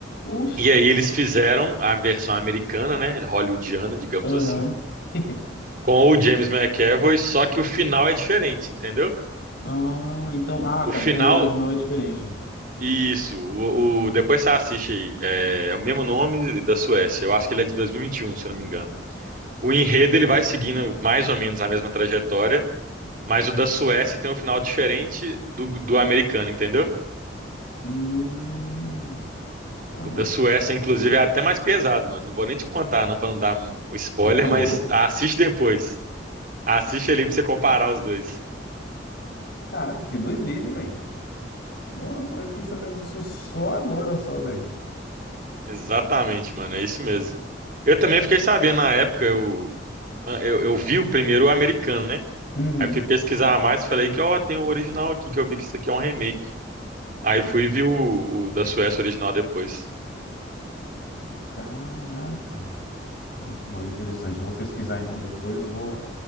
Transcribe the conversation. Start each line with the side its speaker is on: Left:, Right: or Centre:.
Left: Oxi.
Right: E aí eles fizeram a versão americana, né? Hollywoodiana, digamos
Left: Aham.
Right: assim,
Left: <laughs>
Right: com o James McAvoy, só que o final é diferente, entendeu?
Left: Ah, então. Ah,
Right: O
Left: tá.
Right: final.
Left: Então o original é diferente.
Right: Isso, o, o- depois você assiste aí. É, é o mesmo nome da Suécia. Eu acho que ele é de 2021, se eu não me engano. O enredo ele vai seguindo mais ou menos a mesma trajetória, mas o da Suécia tem um final diferente do, do americano, entendeu?
Left: Hum. Caramba.
Right: O da Suécia,
Left: que-
Right: inclusive, é até mais pesado, mano. Não vou nem te contar, não, pra não dar o spoiler,
Left: Ô, louco.
Right: mas assiste depois. Assiste ali pra você comparar os dois.
Left: Caraca, que doideira, hein, velho. Não, eu fiquei sabendo disso só agora, só, velho.
Right: Exatamente, mano, é isso mesmo. Eu também fiquei sabendo na época, eu, ah, eu, eu vi o primeiro americano, né?
Left: Hum.
Right: Aí fui pesquisar mais e falei que, ó, tem o original aqui, que eu vi que isso aqui é um remake. Aí fui ver o, o da Suécia original depois.
Left: Caraca. Mano, interessante. Eu vou pesquisar então depois. Eu vou,